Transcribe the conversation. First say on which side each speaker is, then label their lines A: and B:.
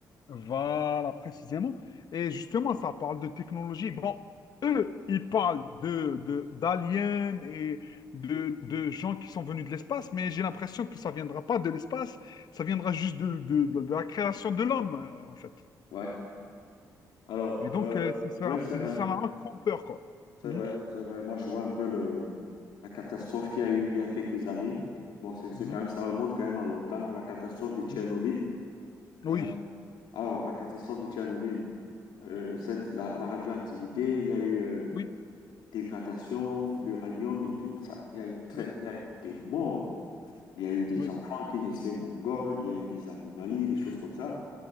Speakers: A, on the left; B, on the left.
A: Voilà, précisément. Et justement, ça parle de technologie. Bon, eux, ils parlent de, de- d'aliens et de, de gens qui sont venus de l'espace, mais j'ai l'impression que ça viendra pas de l'espace, ça viendra juste de, de- de la création de l'homme, euh, en fait.
B: Ouais. Alors,
A: Et donc,
B: euh,
A: euh, c'est ça,
B: ouais, c'est
A: c'est
B: vrai.
A: des scénarios qui font peur, quoi.
B: C'est
A: Mhm,
B: vrai, c'est vrai. Moi, je vois un peu le, la catastrophe qu'il y a eu il y a quelques années. Bon, c'est c'est
A: mhm,
B: quand même, ça remonte quand même à longtemps, à la catastrophe de Tchernobyl.
A: mhm. Oui,
B: Euh, alors, la catastrophe de Tchernobyl, euh, cette, la, la radioactivité, il y a eu euh,
A: oui,
B: dégradation, l'uranium et tout. Ça, il y a eu très,
A: oui,
B: il y a eu des morts. Il y a eu des
A: oui,
B: enfants qui naissaient mongols. Il y a eu des anomalies, des choses comme ça.